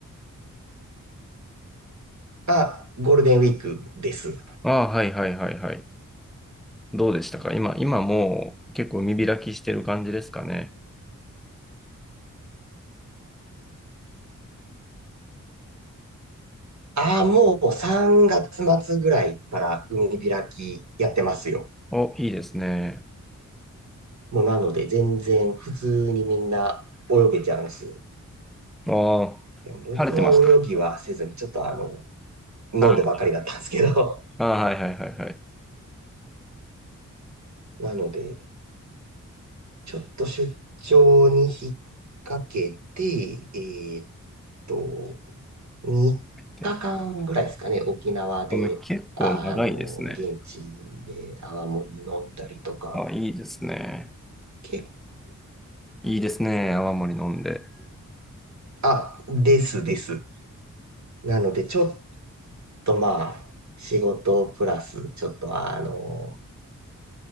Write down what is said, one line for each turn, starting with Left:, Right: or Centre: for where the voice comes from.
Right: あ、ゴールデンウィークです。
Centre: あ、はいはいはいはい。どうでしたか今、今もう結構海開きしてる感じですかね。
Right: あ、もう3月末ぐらいから海開きやってますよ。
Centre: お、いいですね。
Right: もうなので全然普通にみんな泳げちゃうんですよ。
Centre: ああ、
Right: でも僕は泳ぎはせずにちょっとあの、
Centre: 晴れてました。
Right: 飲んでばかりだったんですけど。
Centre: ああ、はいはいはいはい。
Right: なので、ちょっと出張に引っ掛けて、えーっと、3日間ぐらいですかね、
Centre: で、
Right: 沖縄で、
Centre: でも結構長いですね。
Right: あの、現地で泡盛飲んだりとか、
Centre: あ、いいですね。
Right: け、ん
Centre: いいですね。泡盛飲んで。
Right: あ、ですです。なので、ちょっとまあ、仕事プラス、ちょっとあの、